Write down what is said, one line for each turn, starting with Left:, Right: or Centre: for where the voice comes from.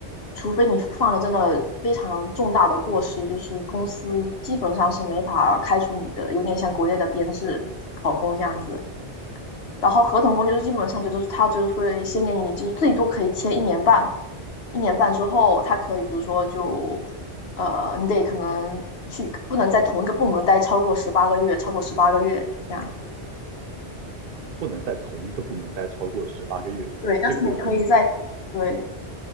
Left: 除非你犯了真的非常重大的过失，就是公司基本上是没法开除你的，有点像国内的编制考公这样子。然后合同工就是基本上就是他就是会先给你就是最多可以签一年半，一年半之后，他可以比如说就呃，你得可能去不能在同一个部门待超过十八个月，超过十八个月这样子。
Right: 不能在同一个部门待超过十八个月。
Left: 对，但是你可以在对，
Right: 就比如说你是。